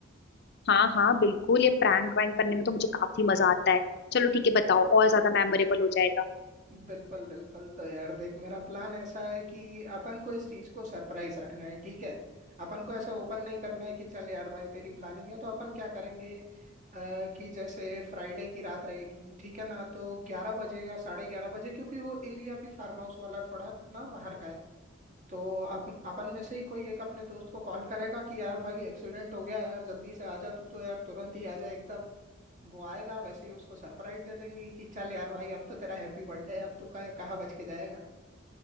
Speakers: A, on the left; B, on the right.
A: हाँ हाँ बिल्कुल ये प्रैंक वैंक करने में तो मुझे काफी मजा आता है चलो ठीक
B: <laughs>
A: है बताओ और ज्यादा मेमोरेबल हो जाएगा
B: बिल्कुल बिल्कुल तो यार देख मेरा प्लान ऐसा है कि अपन को इस चीज को सरप्राइज रखना है ठीक है अपन को ऐसा ओपन नहीं करना है कि चल यार भाई तेरी प्लानिंग है तो अपन क्या करेंगे आ, कि जैसे फ्राइडे की रात रहेगी ठीक है ना तो ग्यारह बजे या साढ़े ग्यारह बजे क्योंकि वो एरिया भी फार्म हाउस वाला थोड़ा ना बाहर का है तो अपन अपन में से ही कोई एक अपने दोस्त को कॉल करेगा कि यार भाई एक्सीडेंट हो गया यार जल्दी से आ जा तू तो यार तुरंत ही आ जा एकदम वो आएगा वैसे ही उसको सरप्राइज दे देंगी कि चल यार भाई अब तो तेरा हैप्पी बर्थडे है अब तू कहाँ कहाँ बच के जाएगा